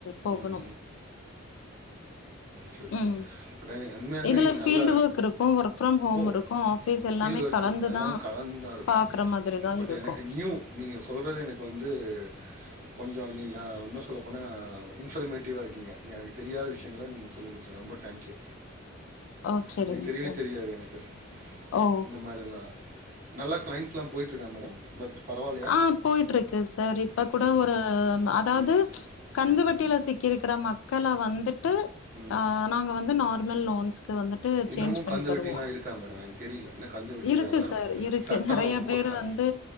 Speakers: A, on the left; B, on the right.
A: போகணு
B: ம், செரி
A: ம்
B: செரி பட் <unintelligible>
A: இதுல
B: நீங்க
A: ஃபீல்டு
B: நல்ல
A: ஒர்க் இருக்கு ஒர்க் ஃப்ரம் ஹோம்
B: ஓ
A: இருக்கு ஆபீஸ் எல்லாமே
B: ஃபீல்டு ஒர்க்
A: கலந்துதா
B: இருக்கு எல்லாமே கலந்தா இருக்கு
A: பாக்குற மாதிரிதா
B: பட்
A: இருக்கு
B: எனக்கு நியூ நீங்க சொல்றது எனக்கு வந்து கொஞ்சோ நீ நா இன்னு சொல்ல போனா இன்ஃபர்மேட்டிவா இருக்கீங்க எனக்கு தெரியாத விஷ்யங்கள நீங்க சொல்லி <inaudible> ரொம்ப டேங்க்யூ
A: ஓ சரிங்க
B: இது தெரிவே
A: சார்
B: தெரியாது எனக்கு
A: ஓ
B: இந்த மாரில்லா நல்லா கிளைண்ட்ஸ்ல்லா போயிட்ருக்கா மேடம் பட் பரவாயில்லையா
A: ஆ போய்ட்டு இருக்கு சார் இப்ப
B: ம்
A: கூட
B: ம்
A: ஒரு அம் அதாவ்து
B: ம்
A: கந்துவட்டியில
B: ம்
A: சிக்கிருக்கிற மக் க்கல வந்துட் டு
B: ம்
A: ஆ நாங்க வந்து நா நல்லோன்ஸ் க்கு வந்துட்டு
B: இன்னமும்
A: சேஞ்ச் பண்ணி
B: கந்து
A: தருவோ
B: வெட்டிலாம் இருக்கா மேடம் எனக்கு தெரியல இன்னும் கந்து வெட்டி
A: இருக்கு
B: அதெல்லாம்
A: சார் இருக்கு
B: சட்டம்
A: நெறையா
B: ரொம்ப
A: பேரு
B: க
A: வந்து